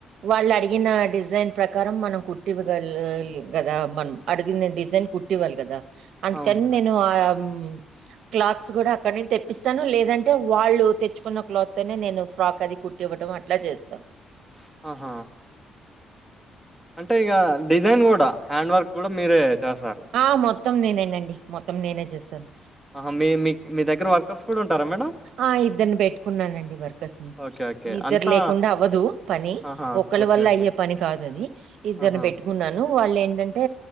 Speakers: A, on the right; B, in the centre.
A: వాళ్ళు అడిగిన డిజైన్ ప్రకారం మనం కుట్టివ్వ గలిగి గదా మనం అడిగిన డిజైన్ కుట్టివ్వాలి కదా అందుకని
B: అవును మేడం.
A: నేను ఆ యమ్ క్లాత్స్ కూడా అక్కడి నుంచి తెప్పిస్తాను. లేదంటే వాళ్ళు తెచ్చుకున్న క్లాత్ తోనే నేను ఫ్రాక్ అది కుట్టి ఇవ్వడం అట్లా చేస్తా.
B: స్ ఆహా అంటే ఇగా డిజైన్ కూడా హ్యాండ్ వర్క్ కూడా మీరే చెసారు
A: ఆ మొత్తం నేనేనండి మొత్తం నేనే చేసాను.
B: ఆహా! మీ మీ మీ దగ్గర వర్కర్స్ కూడా ఉంటారా మేడం?
A: ఆ ఇద్దరిని పెట్టుకున్నానండి వర్కర్స్ ని
B: ఓకే. ఓకే.
A: ఇద్దరు
B: అంతా
A: లేకుండా అవ్వదు పని
B: ఆహా!
A: ఒకళ్ళ
B: ఓకే.
A: వల్ల
B: ఓకే.
A: అయ్యే పని కాదు అది ఇద్దరిని
B: ఆహా!
A: పెట్టుకున్నాను వాళ్ళు ఏంటంటే